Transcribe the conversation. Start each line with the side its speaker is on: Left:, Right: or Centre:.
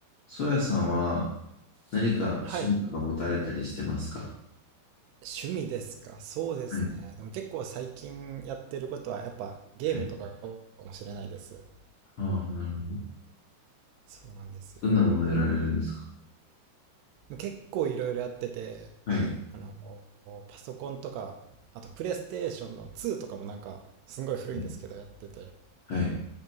Left: ソヤさんは何か趣味とか持たれたりしてますか
Right: はい。趣味ですか。そうですね。
Left: はい。
Right: でも結構最近やってることはやっぱゲームとかかもしれないです。
Left: はい。ああ、なるほど。
Right: そうなんですよ。
Left: どんなものやられるんですか
Right: 結構いろいろやってて、
Left: はい。
Right: あの、パソコンとか、あとプレイステーションの2とかもなんかすごい古いんですけどやってて、
Left: はい。はい